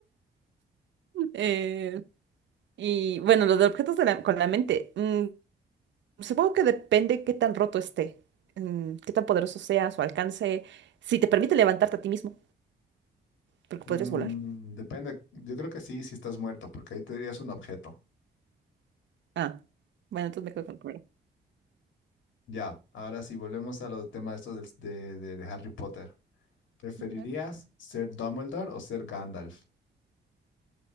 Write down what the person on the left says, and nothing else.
Mm,
depende. Yo creo que sí, si estás muerto, porque ahí te dirías un objeto.
Ya, ahora sí, volvemos a los temas estos del- de, de de Harry Potter. ¿Preferirías
ser Dumbledore o ser Gandalf?